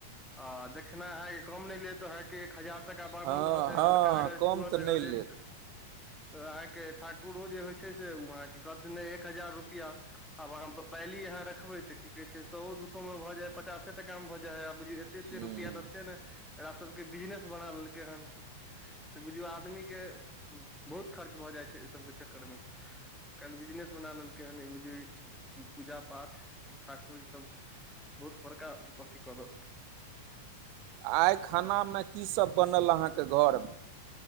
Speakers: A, in the centre; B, on the right.
A: आ दक्षिणा अहाँके कम नहि लेत अह एक हजार टाका बढ़ल
B: हँ
A: रहत
B: हँ
A: हल्का अगर
B: कम
A: छुअत
B: तऽ
A: अगर
B: नहि
A: जे
B: लेत
A: अहाँके ठाकुरो जे होइ छै से ओ अहाँके कहथि नहि एक हजार रुपैआ आब अहाँ बैली अहाँ रखबै तऽ की कहै छै सएओ दू सएमे भ जा ह पचासे टाकामे भऽ जायइ आब बुझियौ एते
B: हँ
A: रुपआ देते ने एकरा सबके बिजनेस बना लेलकै हन से बुझियौ आब आदमी के बहुत खर्च भऽ जाइ छै एहि सबके चक्कर मे आइ काल्हि बिजनेस बना लेलकै हन ई बुझियौ पूजा पाठ ठाकुर ई सभ बहुत बड़का अथी कल
B: आइ खाना मे की सब बनल अहाँके घर